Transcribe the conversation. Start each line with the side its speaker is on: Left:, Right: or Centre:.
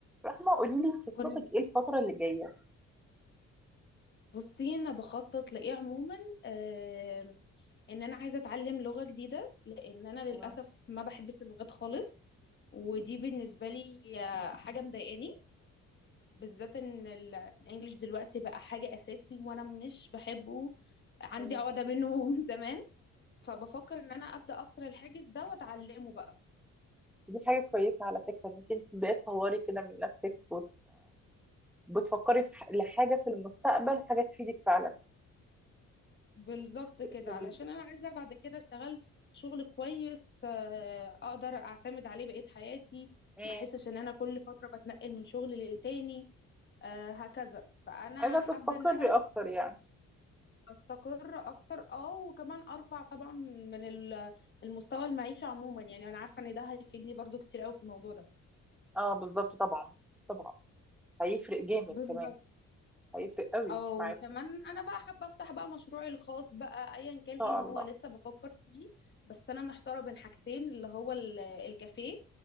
Centre: رحمة قولي لي انت
Left: كنا
Centre: خططك ايه الفترة اللي جاية
Left: بصي انا بخطط لايه عموما آه ان انا عايزه اتعلم لغه جديده لان انا
Centre: <laughs>
Left: للاسف ما بحبش اللغات خالص ودي بالنسبه لي آه، حاجه مضايقاني بالذات ان ال- الانجليش دلوقتي بقى حاجه اساسي وانا مش بحبه عندي
Centre: مم.
Left: عقده منه <laughs> من زمان فبفكر ان انا ابدا اكسر الحاجز ده واتعلمه بقى
Centre: دي حاجة كويسة على فكرة انك انت تبدأي تطوري كده من نفسك وت... بتفكري في ح... لحاجة في المستقبل حاجة تفيدك فعلا
Left: بالظبط كده
Centre: جميلة
Left: علشان
Centre: جدا
Left: انا عايزه بعد كده اشتغل شغل كويس آه، اقدر اعتمد عليه بقية حياتي
Centre: مم.
Left: ما احسش ان انا كل فتره بتنقل من شغل للتاني آه، هكذا فانا
Centre: عايزة تستقري
Left: حابه ان انا
Centre: اكتر يعني
Left: استقر اكتر اه وكمان ارفع طبعا من ال- المستوى المعيشه عموما يعني انا عارفه ان ده هيفيدني برضو كتير قوي في الموضوع ده
Centre: اه بالظبط طبعا طبعا هيفرق جامد
Left: بالظبط
Centre: كمان هيفرق قوي
Left: او
Centre: معاكي
Left: كمان
Centre: ان
Left: انا بقى حابه افتح بقى مشروعي الخاص بقى ايا كان
Centre: شاء
Left: ايه هو
Centre: الله
Left: لسه بفكر فيه بس انا محتاره بين حاجتين اللي هو ال- الكافيه